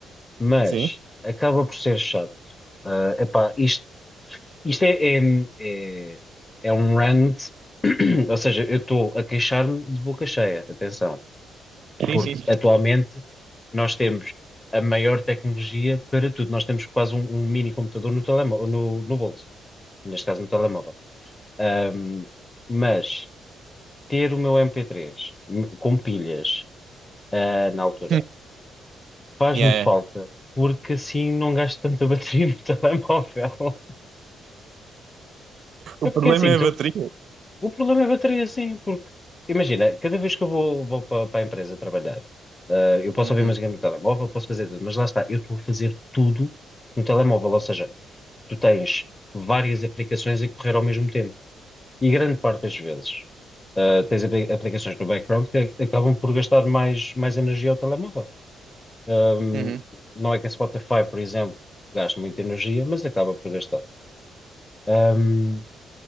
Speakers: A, on the left (about 20°); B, on the right (about 60°).
A: mas
B: Sim?
A: acaba por ser chato. Ah, epá, isto, isto é, é, é, é um rant, <clears throat> ou seja, eu estou a queixar-me de boca cheia, atenção.
B: Sim,
A: porque
B: sim. sim.
A: atualmente nós temos a maior tecnologia para tudo. Nós temos quase um, um mini computador no telemóvel, no, no bolso, neste caso no telemóvel. Ahm, mas ter o meu mp três m- com pilhas, ah, na altura,
B: <laughs>
A: faz-me
B: Yeah.
A: falta, porque assim não gasto tanta bateria no <laughs> telemóvel.
B: O
A: É porque
B: problema
A: assim,
B: é
A: tu,
B: a bateria.
A: O problema é a bateria, sim, porque imagina, cada vez que eu vou, vou para, a empresa trabalhar, ah, eu posso
B: Uhum,
A: ouvir música no telemóvel, posso fazer tudo, mas lá está, eu estou a fazer tudo no telemóvel, ou seja, tu tens várias aplicações a correr ao mesmo tempo. E grande parte das vezes, ah, tens apli- aplicações no background que acabam por gastar mais, mais energia ao telemóvel. Ahm,
B: uhum,
A: não é que a Spotify, por exemplo, gaste muita energia, mas acaba por gastar. Ahm,